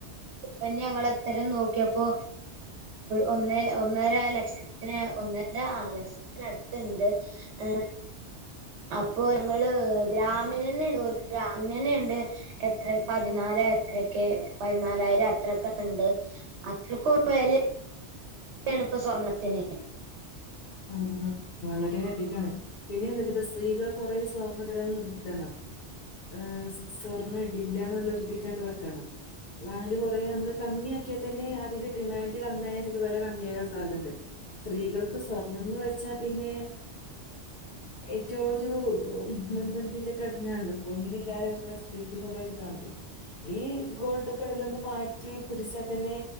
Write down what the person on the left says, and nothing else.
ഉം
ഉ വളരെ അധിക്കാണ് പിന്നെ എന്താ വെച്ചിട്ട സ്ത്രീകളെ കൊറെ സ്വർണ ഇട്ടന്ന് നിർത്തണം ആർ സ്വർണം ഇടില്ല എന്നുള്ള എരുതിക്കാണ്ട് വെക്കണം വാങ്ങല് കുറ നമ്മള് കമ്മിയ ആക്കിയാൽ തന്നെ അതിന്റെ ഡിമാൻഡ് കമ്മിയായാ ചിലപ്പോ വില കമ്മിയ ആാക്കാൻ സാധ്യുണ്ട് സ്ത്രീകൾക്ക് സ്വർണംന്ന് വെച്ചാ പിന്നെ ഏറ്റവും ഒരു മുൻപന്തിയില ഘടനാണല്ലോ പൊന്നില്ലാതെ സ്ത്രീക്ക് എന്നള്ളരിതാണല്ലോ ഈ ഗോൾഡ്ഒക്കെ ഇടലൊന്ന് മാറ്റി പിടിച്ചാൽ തന്നെ